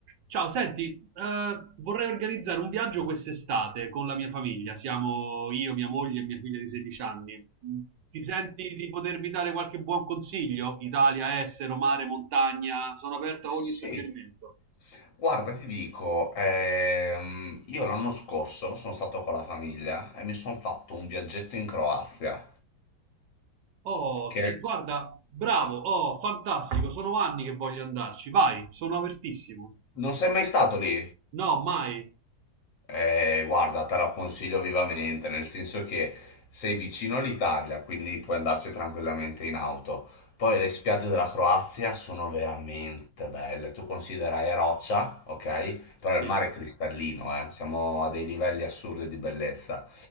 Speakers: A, on the right; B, on the left.
A: Ciao, senti, eh, vorrei organizzare un viaggio quest'estate con la mia famiglia. Siamo io, mia moglie e mia figlia di 16 anni. Mm, Ti senti di potermi dare qualche buon consiglio? Italia, estero, mare, montagna, sono aperto
B: Sì,
A: a ogni suggerimento.
B: guarda, ti dico, ehm, io l'anno scorso sono stato con la famiglia e mi sono fatto un viaggetto in Croazia,
A: Oh,
B: che
A: sì, guarda, bravo, oh, fantastico, sono anni che voglio andarci. Vai, sono apertissimo.
B: non sei mai stato lì?
A: No, mai.
B: Eh, guarda, te la consiglio vivamente, nel senso che sei vicino all'Italia, quindi puoi andarci tranquillamente in auto. Poi le spiagge della Croazia sono veramente belle. Tu considera è roccia, ok? Però
A: Sì.
B: il mare è cristallino, eh. Siamo a dei livelli assurdi di bellezza.